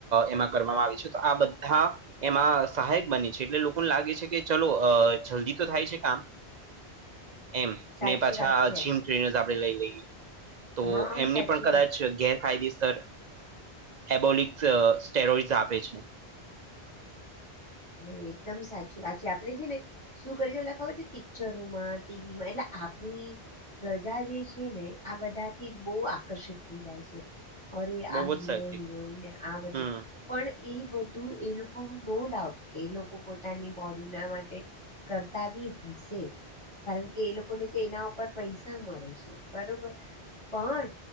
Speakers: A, on the right; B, on the left.
A: એમાં અ કરવામાં આવે છે તો આ બધા એમાં સહાયક બને છે એટલે લોકોને લાગે છે કે ચલો જલ્દી તો થાય છે કામ એમ
B: સાચી
A: ને પાછા
B: વાત છે
A: જીમ ટ્રેનર્સ આપણે લઈ લય તો
B: હા
A: એમની
B: સાચી
A: પણ કદાચ
B: વાત છે
A: ગે ફાયદેસર હેબોલિક સ્ટેરોઈડ આપે છે
B: નહી એકદમ સાચી વાતચી આપણી છે ને શું કરીશ એ ખબર છે પિક્ચરોમાં ટીવીમાં એટલે આપણી પ્રજા જે છે ને આ બધાથી બહુ આકર્ષિત થઈ જાય છે અરે
A: બહુ
B: આ હીરો
A: જ સરખી
B: હિરોઈન ને આ બધું
A: હમ
B: પણ એ બધું એ લોકો ન નો ડાઉટ એ લોકો પોતાની બોડી ના માટે કરતા બી હશે કારણ કે એ લોકોને તો એના ઉપર પૈસા મળે છે બરોબર પણ